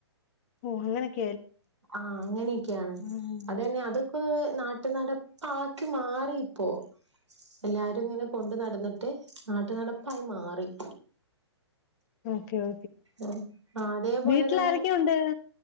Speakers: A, on the left; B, on the right.
A: ഓ അങ്ങനെക്ക
B: ആ അങ്ങനെയൊക്കെയാണ്
A: ഉം
B: അതന്നെ അതൊക്കെ നാട്ടു നടപ്പാക്കി മാറി ഇപ്പോ എല്ലാരും ഇങ്ങനെ കൊണ്ടു നടന്നിട്ട് നാട്ടു നടപ്പങ്ങ് മാറി-
A: ഓക്കെ ഓ
B: ആഹ് അതേപോലെ
A: വീട്ടിൽ
B: തന്നെ
A: ആരൊക്കെ ഉണ്ട്?